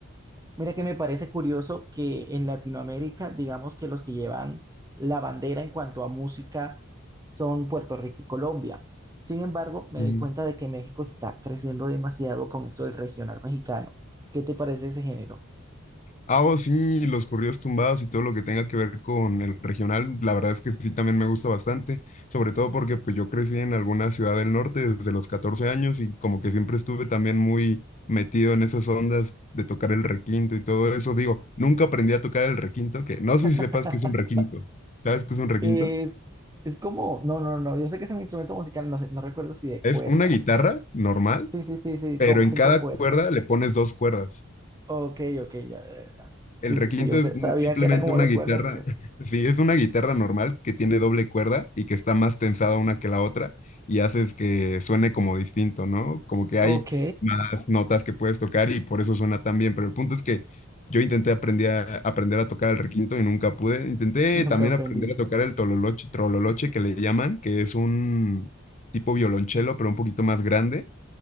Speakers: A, on the right; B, on the left.
A: Mira que me parece curioso que en Latinoamérica, digamos que los que llevan la bandera en cuanto a música son Puerto Rico y Colombia. Sin embargo, me
B: ujú.
A: doy cuenta de que México está creciendo demasiado con esto del regional mexicano. ¿Qué te parece ese género?
B: Ah, oh, sí, los corridos tumbados y todo lo que tenga que ver con el regional, la verdad es que sí, también me gusta bastante, sobre todo porque pues yo crecí en alguna ciudad del norte desde los 14 años y como que siempre estuve también muy metido en esas ondas de tocar el requinto y todo eso. Digo, nunca aprendí a tocar el requinto, que no sé
A: <laughs>
B: si sepas qué es un requinto. ¿Sabes qué es un requinto?
A: Eh, es como, no, no, no, yo sé que es un instrumento musical, no sé, no recuerdo si de
B: Es
A: cuerdas.
B: una guitarra normal,
A: Sí, sí, sí, sí,
B: pero
A: con
B: en
A: cinco
B: cada
A: cuerdas.
B: cuerda le pones dos cuerdas.
A: Ok, ok, ya. ya, Sí,
B: El requinto
A: sí, sí, yo sé-
B: es un-
A: sabía
B: simplemente
A: que era como
B: una
A: de
B: guitarra.
A: cuerdas, pero...
B: <laughs> Sí, es una guitarra normal que tiene doble cuerda y que está más tensada una que la otra y haces que suene como distinto, ¿no? Como que
A: Ok,
B: hay más notas que puedes tocar y por eso suena tan bien. Pero el punto es que yo intenté aprender a, aprender a tocar el requinto y nunca pude. Intenté
A: nunca
B: también
A: aprendiste.
B: aprender a tocar el tololoche, trololoche que le llaman, que es un tipo violonchelo, pero un poquito más grande